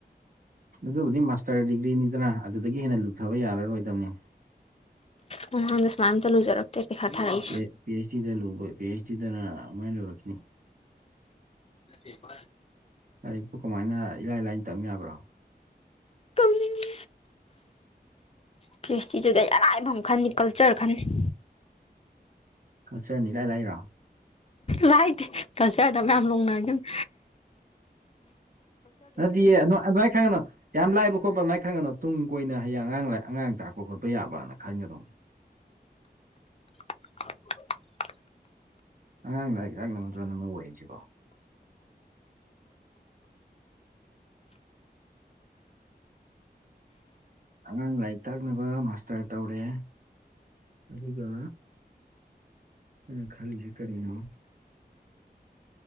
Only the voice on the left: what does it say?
ꯃꯃꯥꯡꯗ ꯁꯨꯃꯥꯏꯑꯝꯇ ꯂꯨꯖꯔꯛꯇꯦ ꯄꯩꯈꯥ ꯊꯥꯔꯛꯏꯁꯦ
INAUDIBLE
ꯀꯞꯅꯤꯡꯉꯤ ꯄꯤ ꯑꯩꯆ ꯗꯤꯗꯗꯤ ꯑꯔꯥꯏꯕꯃ ꯈꯟꯅꯤ ꯀꯜꯆꯔ ꯈꯟꯅꯤ
ꯂꯥꯏꯗꯦ ꯀꯜꯆ꯭ꯔꯗ ꯃꯌꯥꯝ ꯂꯣꯡꯅꯒꯤꯝꯅꯦ
<inaudible>